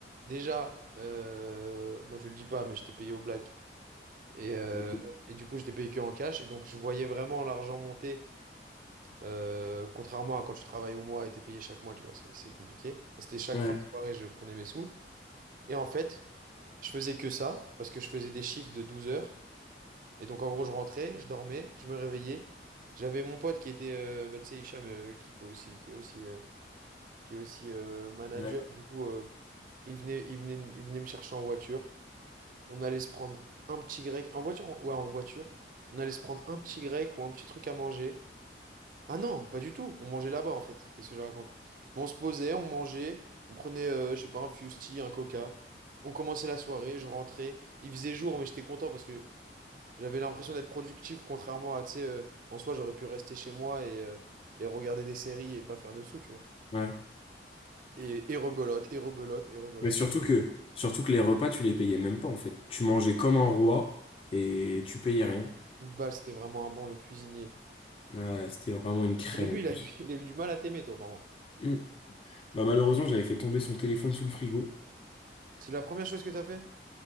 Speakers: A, on the right (about 45°); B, on the left (about 30°).
A: déjà, euh, bon, je le dis pas, mais j'étais payé au black. Et, euh,
B: Ok.
A: et du coup, j'étais payé que en cash. Et donc, je voyais vraiment l'argent monter. Euh, contrairement à quand tu travailles au mois et t'es payé chaque mois, tu vois, c'est c'est compliqué. C'était chaque
B: Ouais.
A: fin de soirée, je prenais mes sous. Et en fait, je faisais que ça parce que je faisais des shifts de 12 heures. Et donc, en gros, je rentrais, je dormais, je me réveillais. J'avais mon pote qui était, euh, bah, tu sais, Hicham, euh, qui fait aussi, qui est aussi, euh, qui est aussi euh, manager.
B: Ouais.
A: Du coup, euh, il venait, il venait, il venait me chercher en voiture. On allait se prendre un petit grec, en voiture, on- ouais, en voiture. On allait se prendre un petit grec ou un petit truc à manger. Ah non, pas du tout. On mangeait là-bas en fait. Qu'est-ce que je raconte? Mais on se posait, on mangeait, on prenait, euh, je sais pas, un fusti, un coca. On commençait la soirée, je rentrais. Il faisait jour, mais j'étais content parce que j'avais l'impression d'être productif, contrairement à, tu sais, euh, en soi, j'aurais pu rester chez moi et, euh, et regarder des séries et pas faire de sous, tu vois.
B: Ouais.
A: Et, et rebelote, et rebelote, et rebelote.
B: Mais surtout que, surtout que les repas, tu les payais même pas, en fait. Tu mangeais comme un roi et tu payais rien.
A: Iqbal, c'était vraiment un bon, le cuisinier.
B: Ouais, c'était vraiment une crème
A: Au début,
B: en plus.
A: il a eu, <laughs> il a eu du mal à t'aimer, toi, par contre.
B: Mm. Bah, malheureusement, j'avais fait tomber son téléphone sous le frigo.
A: C'est la première chose que t'as fait?